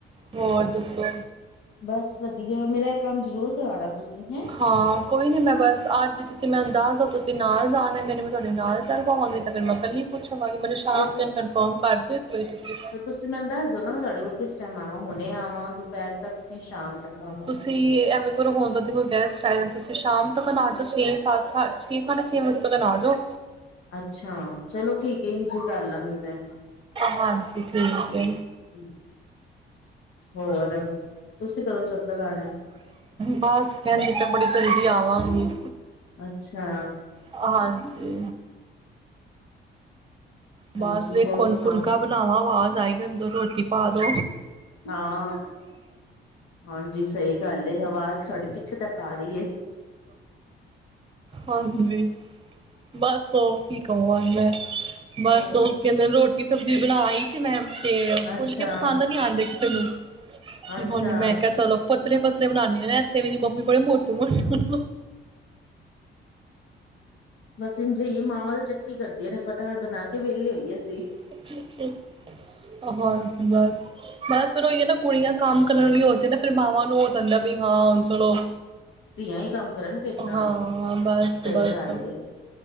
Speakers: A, on the right; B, on the left.
A: ਹੋਰ ਦੱਸੋ?
B: ਬਸ ਵਧੀਆ, ਮੇਰਾ ਐ ਕੰਮ ਜ਼ਰੂਰ ਕਰਾਣਾ ਤੁਸੀਂ ਹੈ।
A: ਹਾਂ, ਕੋਈ ਨੀ ਮੈਂ ਬਸ ਅੱਜ ਤੁਸੀਂ ਮੈਨੂੰ ਦੱਸ ਦੋ, ਤੁਸੀਂ ਨਾਲ ਜਾਨਾ ਮੈਨੂੰ ਮੈਂ ਤਾਡੇ ਨਾਲ ਚੱਲ ਪਾਵਾਂਗੀ। ਤਾਂ ਫੇਰ ਮੈਂ ਕੱਲ ਪੁੱਛ ਆਂਵਾਂਗੀ ਮੈਨੂੰ ਸ਼ਾਮ
B: ਫਿਰ
A: ਤੀਨ ਕਨਫਰਮ ਕਰ ਦਿਓ ਕਿ ਤੁਸੀਂ
B: ਫਿਰ ਤੁਸੀਂ ਮੈਨੂੰ ਦੱਸ ਦੋ ਨਾ ਮੈਂ ਤੁਆਡੇ ਕੋਲ ਕਿਸ ਟੈਮ ਆਵਾਂ, ਹੁਣੇ ਆਵਾਂ, ਦੁਪੈਰ ਤੱਕ ਕਿ ਸ਼ਾਮ ਤੱਕ ਆਵਾਂ।
A: ਤੁਸੀਂ ਐ ਵੇਖੋ ਕੋ ਹੋਣ ਤਾ ਤੁ ਗੈਸਟ ਆਏ ਦੇ ਤੂਸੀ ਸ਼ਾਮ ਤੱਕਨ ਆਜੋ, ਛੇ-ਸੱਤ ਸਾਡ ਕੀ ਸਾਡੇ ਛੇ ਵਜੇ ਤੱਕਣ ਆ ਜੋ।
B: ਅੱਛਾ, ਚਲੋ ਠੀਕ ਏ ਇੰਜੇ ਕਰ ਲਾਂਗੀ ਮੈਂ ਹੂੰ।
A: ਹਾਂਜੀ ਠੀਕ ਹੈ
B: ਹੂੰ, ਹੋਰ ਤੁਸੀਂ ਕਦੋਂ ਚੱਕਰ ਲਾਣਾ?
A: ਬਾਸ ਕੈੰਦੀ ਪਈ ਬੜੀ ਜਲਦੀ ਆਵਾਂਗੀ।
B: ਅੱਛਾ।
A: ਹਾਂਜੀ।
B: ਹਾਂਜੀ
A: ਬਾਸ ਵੇਖੋ
B: ਹੋਰ
A: ਹੁਣ
B: ਸੁਣਾਓ
A: ਫੁਲਕਾ ਬਣਾਵਾਂ ਵਾਜ਼ ਆਏਗੀ ਅੰਦੋ ਰੋਟੀ ਪਾ ਦੋ।
B: ਹਾਂ, ਹਾਂਜੀ ਸਈ ਗੱਲ ਏ, ਆਵਾਜ਼ ਸਾਡੀ ਪਿਛੇ ਤਕ ਆ ਰੀ ਏ।
A: ਹਾਂਜੀ। ਬਸ ਓ ਕੀ ਕਵਾ ਮੈਂ ਬਸ
B: ਹਾਂ
A: ਓ ਕੈੰਦੇ ਰੋਟੀ ਸਬਜ਼ੀ ਬਣਾ ਆਈ ਸੀ ਮੈਂ। ਤੇ
B: ਅੱਛਾ
A: ਫੁਲਕੇ ਪਸੰਦ ਨੀ ਆੰਦੇ ਕਿਸੇ ਨੂੰ ਕਿ
B: ਅੱਛਾ
A: ਹੁਣ ਮੈਂ ਕੈ ਚਲੋ ਪਤਲੇ-ਪਤਲੇ ਬਣਾਣੀ ਆਂ ਨਾ ਐਥੇ ਮੇਰੀ ਮੰਮੀ ਬੜੇ ਮੋਟੇ-ਮੋਟੇ
B: ਬਸ ਇੰਝੇ ਈ ਏ, ਮਾਵਾਂ ਤੇ ਚੱਟੀ ਕਰਦੀਆਂ ਨੇ ਫਟਾਫਟ ਬਣਾ ਕੇ ਵੇਲੇ ਹੋਈਏ ਅਸੀ।
A: <unintelligible> ਬਸ। ਬਸ, ਫੇਰ ਉਹੀ ਏ ਨਾ ਕੁੜੀਆਂ ਕੰਮ ਕਰਨ ਲਈ ਹੋ ਜੇ ਨਾ ਫੇਰ ਮਾਵਾਂ ਨੂੰ ਹੋ ਜਾਂਦਾ ਬਈ ਹਾਂ ਹੁਣ ਚਲੋ
B: ਧੀਆਂ ਹੀ ਕੰਮ ਕਰਨ ਫੇਰ, ਤਾਂ
A: ਹਾਂ ਬਸ
B: ਸਈ
A: ਬਸ
B: ਗੱਲ ਏ।